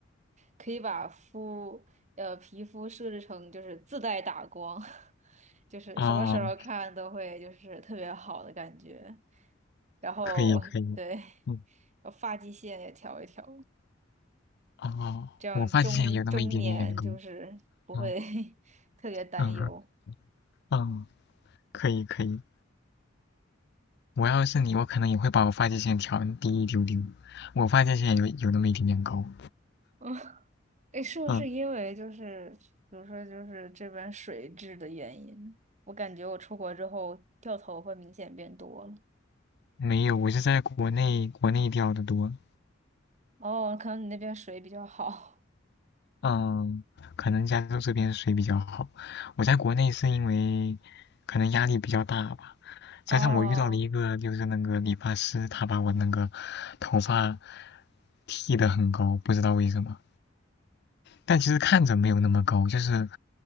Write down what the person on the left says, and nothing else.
哦，
可以可以，嗯，
哦，
我发际线有那么一点点高，嗯
嗯嗯，可以可以。我要是你，我可能也会把我发际线调低一丢丢。我发际线有有那么一点点高。
嗯，
没有，我是在国内国内掉的多。
嗯，可能加州这边水比较好。我在国内是因为可能压力比较大吧，加上我遇到了一个就是那个理发师，
他把我那个头发剃的很高，不知道为什么。但其实看着没有那么高，就是